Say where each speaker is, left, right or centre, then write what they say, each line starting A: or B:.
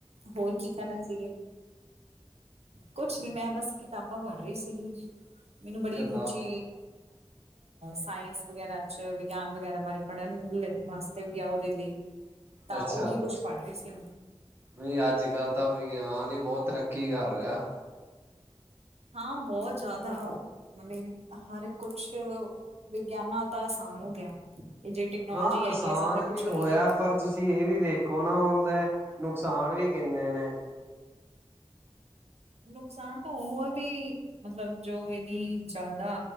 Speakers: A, on the right; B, on the right.
A: ਹੋਰ ਕੀ ਕਰ ਰਹੇ ਸੀਗੇ ਕੁਛ ਨੀ ਮੈਂ ਬਸ ਕਿਤਾਬਾਂ ਭਰ ਰਹੀ ਸੀਗੀ ਮੈਨੂੰ ਬੜੀ
B: ਕਿਤਾਬ
A: ਰੁਚੀ ਸਾਇੰਸ ਵਗੈਰਾ ਚ ਵਿਗਿਆਨ ਵਗੈਰਾ ਬਾਰੇ ਪੜ੍ਹਨ ਵਾਸਤੇ ਵੀ ਆ ਦੇ ਲਈ ਤਾਂ
B: ਅੱਛਾ
A: ਉਹੀ ਕੁਛ ਪੜ੍ਹ ਰਹੀ ਸੀ ਮੈਂ
B: ਨਹੀਂ ਅੱਜ ਕੱਲ ਤਾਂ ਵੀ ਗਿਆ ਨੀ ਬਹੁਤ ਤਰੱਕੀ ਕਰ ਰਿਹਾ
A: ਹਾਂ ਬਹੁਤ ਜ਼ਿਆਦਾ ਮਤਲਬ ਹਰ ਕੁਛ ਵਿਗਿਆਨ ਨਾਲ ਤਾਂ ਆਸਾਨ ਹੋ ਗਿਆ ਇਹ ਜਿ ਟੈਕਨੋਲੋਜੀ
B: ਹਾਂ
A: ਆਈ
B: ਆਸਾਨ
A: ਹੈ ਸਾਰਾ ਕੁਛ
B: ਵੀ ਹੋਇਆ
A: ਆਈ ਆ
B: ਪਰ ਤੁਸੀਂ ਇਹ ਵੀ ਵੇਖੋ ਨਾ ਹੁੰਦਾ ਨੁਕਸਾਨ ਵੀ ਕਿੰਨੇ ਨੇ
A: ਨੁਕਸਾਨ ਤਾਂ ਉਹ ਆ ਵੀ ਮਤਲਬ ਜੋ ਇਹਦੀ ਜ਼ਿਆਦਾ